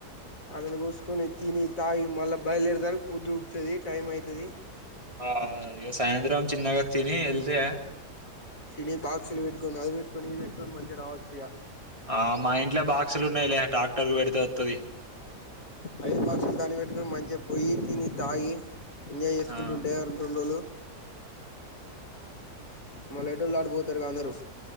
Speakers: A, on the left; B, on the right.
A: అందులో కూసుకొని తిని తాగి మళ్ళ బయలుదేరేతలకి పొద్దు కుక్కుతది టైమ్ అయితది
B: ఆ ఇగ సాయంత్రం చిన్నగ తిని ఎల్తే
A: సిన బాక్లు పెట్టుకోని అది పెట్టుకోని ఇది పెట్టుకోని మంచిగా రావచ్చు ఇగ
B: ఆ మా ఇంట్లో బాక్సులు ఉన్నాయిలే టక్టర్ కు పెడితే వత్తది
A: అయె బాక్సులు దాన్నికి పెట్టుకొని మంచిగా పోయి తిని తాగి ఎంజాయ్ చేసుకుంటు
B: ఆ
A: ఉంటే రెం రెండు రోజులు మళ్ళ ఎటోళ్ళు అటు పోతారుగా అందరుూ